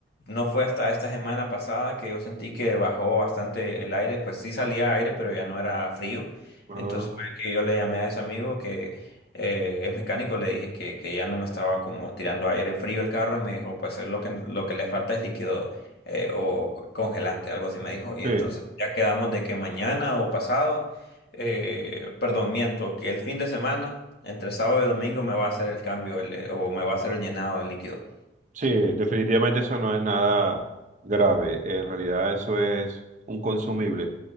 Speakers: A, on the left (about 65°); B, on the right (about 45°).
A: No fue hasta esta semana pasada que yo sentí que bajó bastante el aire. Pues sí salía aire, pero ya no era frío.
B: Ah,
A: Entonces fue que yo le llamé a ese amigo que eh, es mecánico, le dije que, que ya no me estaba como tirando aire frío el carro y me dijo, pues es lo que, lo que le falta es líquido eh, o co- congelante, algo así me dijo. Y
B: sí.
A: entonces ya quedamos de que mañana o pasado, eh, perdón, miento, que el fin de semana. Entre sábado y domingo me va a hacer el cambio el- eh, o me va a hacer el llenado de líquido.
B: Sí, definitivamente eso no es nada grave. En realidad eso es un consumible.